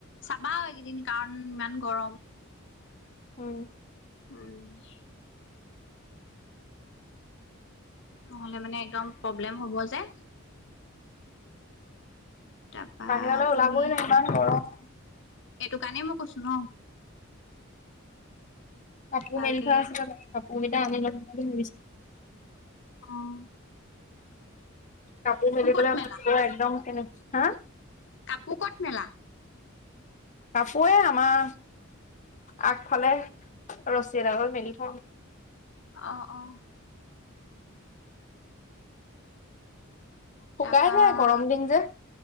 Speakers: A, on the left; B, on the left.
A: চাবা এইকেইদিন কাৰণ ইমান গৰম
B: উম
A: উম নহলে মানে একদম প্ৰব্লেম হ'ব যে তাৰপা
B: বাহিৰলৈ
A: তুমি
B: ওলাবই ন ইমান ঘৰম
A: সেইটো কাৰণেই মই কৈছো ন
B: কাপু
A: ভালকে
B: মেৰি খ কাপু মি ত আনি লাগি
A: অঁ
B: কাপোৰ মেলিবলৈ
A: ক'ত মেলা?
B: ভাল একদম কেনেক হা
A: কাপোৰ কট নো
B: কাপোে আমাৰ আগফালে ৰছী এডালৰ মেলি থওঁ
A: অ অ
B: শুকাই
A: তাৰপা
B: যায় গৰম দিন যে